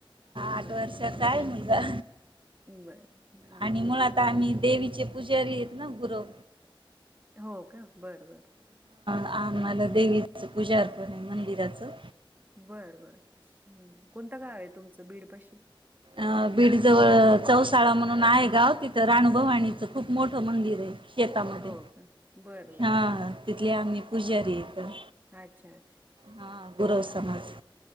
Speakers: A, on the right; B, on the right.
A: बर,
B: आठ वर्षाचा
A: बर,
B: आहे मुलगा
A: बर. हा
B: आणि मुळात आम्ही देवीचे पुजारी हायेत ना, गुरव.
A: हो का, बरं, बर
B: आहां. आम्हाला देवीची पूजा अर्चा मंदिराचं.
A: बर बर, हं कोणतं गाव हाय तुमचं? बीडपशी.
B: अं बीड जवळ चौसाळा म्हणून आहे गाव तिथं राणूभवानीचं खूप मोठ तो मंदिर आय शेतामध्ये.
A: हो का बर बर
B: हां, हां, तिथले आमी पुजारी हाय.
A: अच्छा, अच्छा.
B: आं, गुरव समाज.